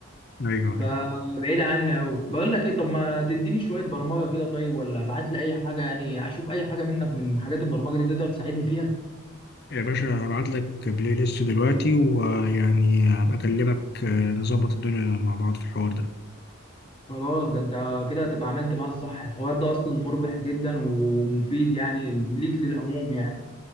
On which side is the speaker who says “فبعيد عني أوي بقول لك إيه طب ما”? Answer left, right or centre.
Left